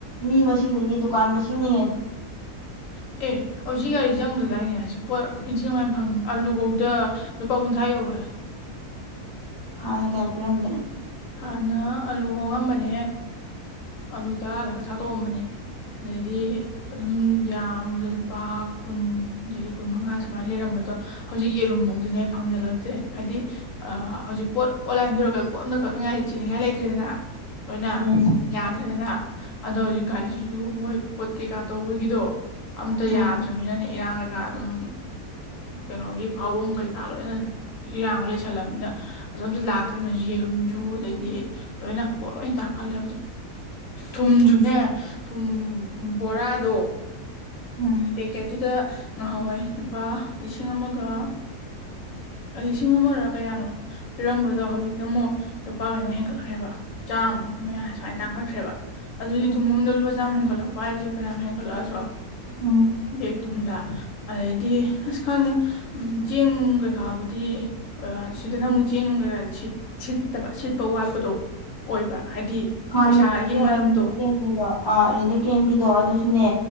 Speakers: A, on the left; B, on the left.
A: ꯃꯤ ꯃꯁꯤꯡꯗꯩꯗꯤ ꯗꯨꯀꯥꯟ ꯃꯁꯤꯡꯅ ꯍꯦꯟꯅ
B: <unintelligible> ꯑꯦ ꯍꯧꯖꯤꯛ ꯒꯥꯔꯤ ꯆꯪꯗ꯭ꯔꯗꯥꯏꯅꯦ ꯍꯧꯖꯤꯛ ꯄꯣꯠ ꯏꯟꯆꯤ ꯅꯨꯡꯉꯥꯏꯅ ꯐꯪ ꯑꯥꯂꯨꯐꯧꯗ ꯂꯨꯄꯥ ꯀꯨꯟꯊ꯭ꯔꯥ ꯌꯧꯈ꯭ꯔꯦ <inaudible>
A: ꯍꯥꯟꯅ ꯀꯌꯥ ꯄꯔꯝ ꯂ
B: ꯍꯥꯟꯅ ꯑꯂꯨ ꯍꯣꯡꯉꯝꯕꯅꯦ ꯑꯥꯂꯨ ꯇꯔꯥꯗꯒ ꯊꯥꯗꯣꯛꯑꯝꯕꯅꯦ ꯑꯗꯩꯗꯤ ꯑꯗꯨꯝ ꯌꯥꯝꯕꯗ ꯂꯨꯄꯥ ꯀꯨꯟ ꯑꯗꯩꯗꯤ ꯀꯨꯟ ꯃꯉꯥ ꯁꯨꯃꯥꯏꯅ ꯂꯩꯔꯝꯕꯗꯣ ꯍꯧꯖꯤꯛ ꯌꯦꯔꯨꯝꯐꯧꯗꯨꯅꯦ ꯐꯪꯖꯜꯂꯛꯇ꯭ꯔꯦ ꯍꯥꯏꯗꯤ ꯍꯧꯖꯤꯛ ꯄꯣꯠ ꯑꯣꯟꯂꯥꯏꯟꯗꯨꯔꯒ ꯄꯣ ꯆꯤꯅꯤꯡꯉꯥꯏ ꯂꯩꯇ꯭ꯔꯦꯗꯅ ꯂꯣꯏꯅ
A: ꯎꯝ
B: ꯌꯥꯗ꯭ꯔꯦꯗꯅ ꯑꯗꯣ ꯍꯧꯖꯤꯛ ꯒꯥꯔꯤꯁꯤꯁꯨ ꯃꯣꯏ ꯄꯣꯠ ꯀꯩꯀꯥ ꯇꯧꯕꯒꯤꯗꯣ ꯑꯝꯇ
A: ꯎꯝ
B: ꯌꯥꯗ꯭ꯔꯃꯤꯅꯅꯦ ꯏꯔꯥꯡ ꯀꯩꯀꯥ ꯑꯗꯨꯝ ꯀꯩꯅꯣꯒꯤ ꯐꯥꯎꯕꯝ ꯀꯩꯀꯥ ꯂꯣꯏꯅ ꯏꯔꯥꯡ ꯂꯩꯁꯜꯂꯝꯃꯤꯅ ꯑꯗꯣ ꯑꯝꯇ ꯂꯥꯛꯇ꯭ꯔꯅꯁꯨ ꯌꯦꯔꯨꯝ ꯖꯨ ꯑꯗꯩꯗꯤ ꯂꯣꯏꯅ ꯄꯣꯠ ꯂꯣꯏ ꯍꯇꯥꯡ ꯈꯜꯂꯦ ꯍꯧꯖꯤꯛ ꯊꯨꯝꯁꯨꯅꯦ ꯊꯨꯝ ꯕꯣꯔꯥꯗꯣ
A: ꯎꯝ
B: ꯄꯦꯀꯦꯠꯇꯨꯗ ꯉꯍꯥꯎꯋꯥꯏ ꯂꯨꯄꯥ ꯂꯤꯁꯤꯡ ꯑꯃꯒ ꯂꯤꯁꯤꯡ ꯑꯃꯔꯛ ꯀꯌꯥꯅꯣ ꯄꯤꯔꯝꯕꯗꯣ ꯍꯧꯖꯤꯛꯇ ꯑꯃꯨꯛ ꯂꯨꯄꯥ ꯀꯩꯅꯣ ꯍꯦꯟꯒꯠꯈ꯭ꯔꯦꯕ ꯆꯥꯝꯃꯨꯛꯀꯤ ꯃꯌꯥ ꯁꯨꯃꯥꯏꯅ ꯇꯥꯡꯈꯠꯈ꯭ꯔꯦꯕ ꯑꯗꯨ
A: ꯎꯝ
B: ꯂꯤ ꯊꯨꯝꯕꯝꯗ ꯂꯨꯄꯥ ꯆꯥꯝꯃ ꯍ ꯂꯣ ꯄꯥꯏꯁꯦ ꯐꯦꯔꯝ ꯍꯡꯒꯂꯣ ꯑꯗꯨꯗꯣ
A: ꯎꯝ
B: ꯕꯒ ꯇꯨꯝꯗ ꯑꯗꯩꯗꯤ ꯑꯁ ꯈꯪꯗ ꯎ ꯆꯦꯡ ꯅꯨꯡ ꯀꯩꯀꯥꯕꯨꯗꯤ ꯁꯤꯗꯅ ꯑꯃꯨꯛ ꯆꯦꯡ ꯅꯨꯡ ꯀꯩꯀꯥꯁꯦ ꯁꯤꯠ ꯁꯤꯠ ꯐꯠꯇꯕ ꯁꯤꯠꯄ ꯋꯥꯠꯄꯗꯣ ꯑꯣꯏꯕ ꯍꯥꯏꯗꯤ
A: ꯍꯥꯟꯅꯅꯦꯒꯤꯗꯣ
B: ꯄꯩꯁꯥꯒꯤ ꯃꯔꯝꯗꯣ
A: ꯑꯥ ꯑꯗ ꯀꯦꯡꯒꯤꯗꯣ ꯑꯗꯨꯁꯨꯅꯦ